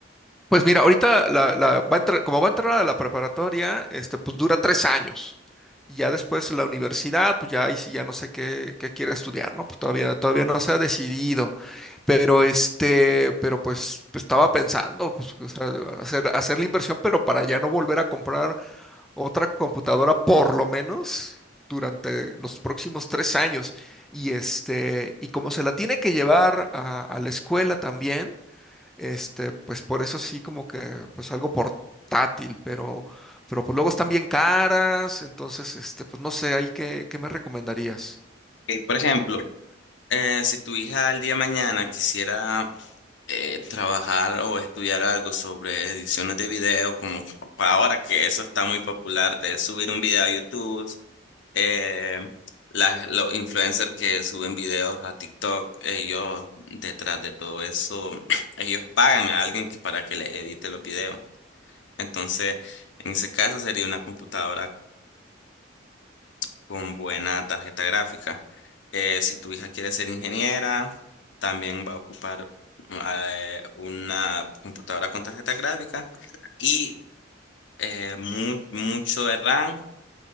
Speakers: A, in the centre; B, on the left.
A: Pues mira, ahorita la, la- va a entrar- como va a entrar a la preparatoria, este, pues dura tres años. Y ya después la universidad, pues ya ahí sí ya no sé qué, qué quiere estudiar, ¿no? Pues todavía, todavía no se ha decidido. Pero este, pero pues, pues, estaba pensando, pues, o sea, hacer, hacer la inversión, pero para ya no volver a comprar otra computadora por lo menos durante los próximos tres años. Y este, y como se la tiene que llevar a, a la escuela también, este, pues por eso sí como que pues algo portátil, pero, pero pues luego están bien caras, entonces este, pues no sé, ahí qué, qué me recomendarías.
B: Eh, por ejemplo, eh, si tu hija al día de mañana quisiera eh, trabajar o estudiar algo sobre ediciones de video, como para ahora que eso está muy popular, de subir un video a YouTube, eh, las- los influencers que suben videos a TikTok, ellos detrás de todo eso, <clears throat> ellos pagan a alguien que- para que le edite los videos. Entonces, en ese caso sería una computadora con buena tarjeta gráfica. Eh, si tu hija quiere ser ingeniera, también va a ocupar mm, ah, eh, una computadora con tarjeta gráfica y eh, mu- mucho de RAM